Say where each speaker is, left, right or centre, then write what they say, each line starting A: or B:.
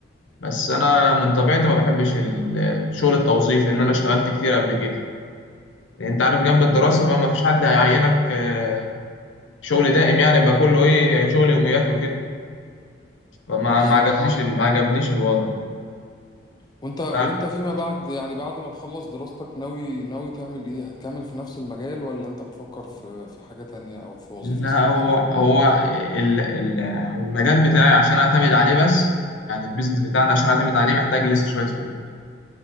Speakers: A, on the left; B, on the left.
A: بس أنا من طبيعتي ما بحبش ال- شغل التوظيف لأن أنا اشتغلت كتير قبل كده يعني أنت عارف جنب الدراسة فما فيش حد هيعينك آه، شغل دائم يعني بقى كله ايه يعني شغل يوميات وكده فما
B: بالظبط
A: ما عجبنيش اه ال- ما عجبنيش الوضع
B: وانت وانت
A: ف-
B: فيما بعد يعني بعد ما تخلص دراستك ناوي ناوي تعمل ايه هتكمل في نفس المجال ولا انت بتفكر في في حاجة تانية او في وظيفة
A: لا
B: ثابتة
A: هو
B: ليك
A: هو ال- ال- المجال بتاعي عشان اعتمد عليه بس يعني البيزنس بتاعنا عشان اعتمد عليه محتاج لسه شوية فلوس